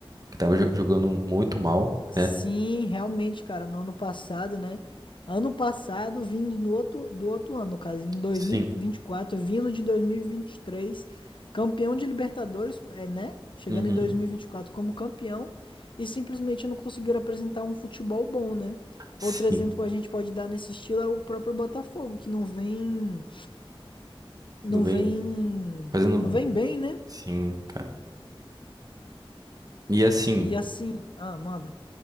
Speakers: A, on the right; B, on the left.
A: Que tava jo- jogando muito mal,
B: Sim,
A: né?
B: realmente, cara, no ano passado, né? Ano passado, vindo no outro, do outro ano, no caso, em dois
A: Sim.
B: mil e vinte e quatro vindo de 2023 campeão de Libertadores, é, né? Chegando
A: Uhum.
B: em 2024 como campeão e simplesmente não conseguiram apresentar um futebol bom, né?
A: Sim.
B: Outro exemplo que a gente pode dar nesse estilo é o próprio Botafogo, que não vem, não
A: Não vem
B: vem,
A: fazendo.
B: não vem bem, né?
A: Sim, cara. E assim,
B: E assim, ah, manda,